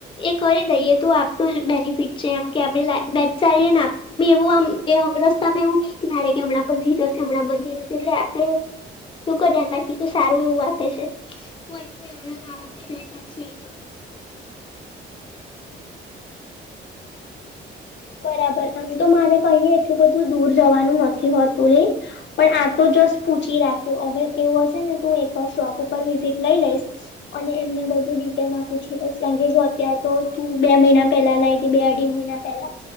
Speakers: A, on the left (about 25°); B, on the left (about 65°).
A: એ કરી દઈએ તો આપણું જ બેનીફિટ છે એમ કે આપે <unintelligible> એવું આમ તમે એવું કેકે કે હમણાં પણ ધીર છે હમણાં પણ ધીરશે એટલે આપડે <unintelligible> તો સારું એવું આપે છે તું અહીથી જઈ પછી આઈ જવું.
B: <inaudible> બરાબર આમ તો મારે કહીએે એટલું બધું દૂર જવાનું નથી હોતું લે પણ આ તો જો બસ પૂછી રાખ્યું હવે એવું હશે ને તું એકવાર શોપ ઉપર વિઝિટ લઈ લઈશ અને એમને બ ધુ ડિટેલમાં પૂછી લઈશ કારણ કે જો અત્યારે તો તું બે મહિના પહેલા લઈ હતી બે અઢી મહિના પહેલા.